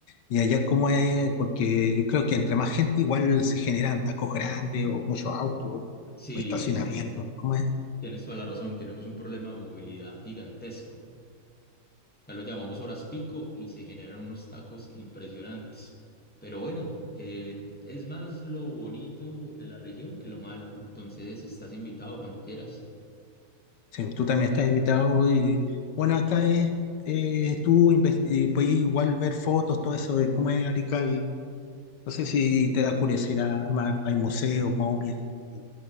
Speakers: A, on the left; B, in the centre.
A: Y allá como es, porque yo creo que entre más gente igual se generan tacos grandes o muchos autos
B: sí,
A: o estacionamientos, ¿cómo es?
B: tienes toda la razón, tenemos un problema de movilidad gigantesco. Acá lo llamamos horas pico y se generan unos tacos impresionantes. Pero bueno, eh, es más lo bonito de la región que lo malo. Entonces estás invitado cuando quieras.
A: Sí, tú también estás invitado y bueno, acá es, eh, tú inves- eh, puedes igual ver fotos, todo eso de cómo es Arica y no sé si te da curiosidad más, hay museos, momias y